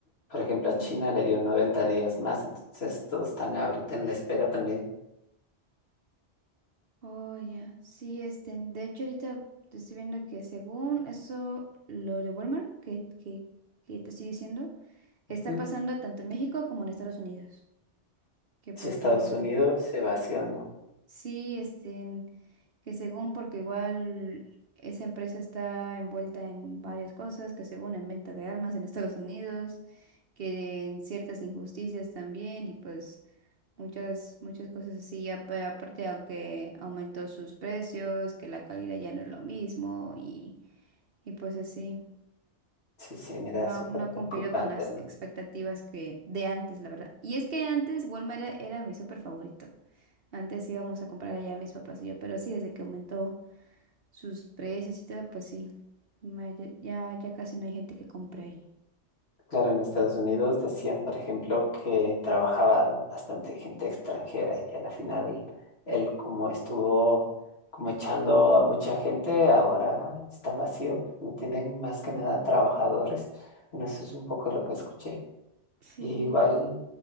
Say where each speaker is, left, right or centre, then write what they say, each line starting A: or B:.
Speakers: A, on the left (about 65°); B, on the right (about 60°).
A: por ejemplo, a
B: Ujú.
A: China le dio 90 días más, entonces todos están ahorita en la espera también.
B: Oh, ya. Sí, este, de hecho ahorita te estoy viendo que según eso, lo de Walmart que, que, que te estoy diciendo, está
A: Mm.
B: pasando tanto en México como en Estados Unidos. Que porque...
A: Si Estados Unidos se vació no.
B: Sí, este, que según, porque igual esa empresa está envuelta en varias cosas, que según en venta de armas en Estados Unidos, que en ciertas injusticias también, y pues muchas, muchas cosas así. Ya pa- aparte, aunque aumentó sus precios, que la calidad ya no es lo mismo, y, y pues así.
A: Sí, sí, mira,
B: No,
A: súper
B: ha- no ha
A: preocupante,
B: cumplido con las
A: ¿no?
B: expectativas que de antes, la verdad. Y es que antes Walmart era, era mi súper favorito. Antes íbamos a comprar allá mis papás y yo, pero sí, desde que aumentó sus precios y todo, pues sí, ma- ya, ya ya casi no hay gente que compre ahí.
A: Claro, en Estados Unidos decían, por ejemplo, que trabajaba bastante gente extranjera y a la final él como estuvo como echando a mucha gente, ahora está vacío, no tienen más que nada trabajadores. Bueno, eso es un poco lo que escuché.
B: Sí.
A: Y igual